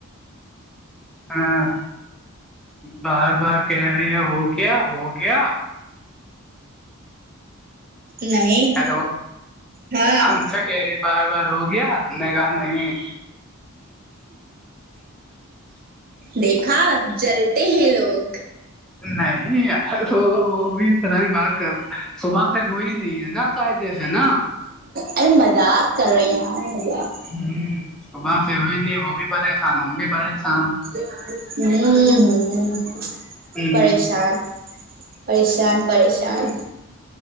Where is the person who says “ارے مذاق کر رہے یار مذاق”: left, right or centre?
Right